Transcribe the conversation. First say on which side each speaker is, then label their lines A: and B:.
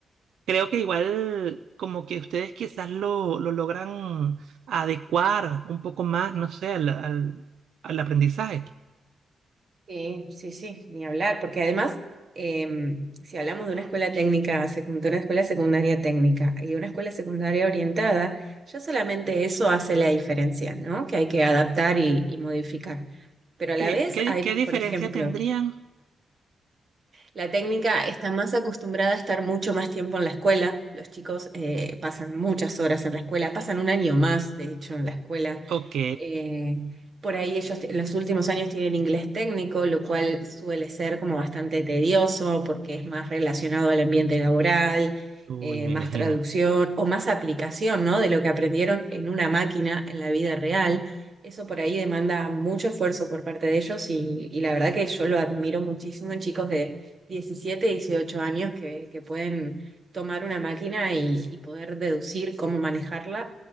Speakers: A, on the right; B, on the right.
A: creo que igual como que ustedes quizás lo, lo logran adecuar un poco más, no sé, al, al, al aprendizaje.
B: Sí, sí, sí, ni hablar, porque además, em, si hablamos de una escuela técnica, secu- de una escuela secundaria técnica y una escuela secundaria orientada, ya solamente eso hace la diferencia, ¿no? Que hay que adaptar y, y modificar. Pero a
A: ¿Qué,
B: la vez
A: qué,
B: hay,
A: qué diferencia
B: por ejemplo,
A: tendrían?
B: la técnica está más acostumbrada a estar mucho más tiempo en la escuela. Los chicos eh, pasan muchas horas en la escuela, pasan un año más, de hecho, en la escuela.
A: Ok,
B: Eh, por ahí ellos en los últimos años tienen inglés técnico, lo cual suele ser como bastante tedioso porque es más relacionado al ambiente laboral,
A: uy,
B: eh,
A: me
B: más
A: imagino.
B: traducción o más aplicación, ¿no? De lo que aprendieron en una máquina en la vida real. Eso por ahí demanda mucho esfuerzo por parte de ellos y, y la verdad que yo lo admiro muchísimo en chicos de 17, 18 años que, que pueden tomar una máquina y, y poder deducir cómo manejarla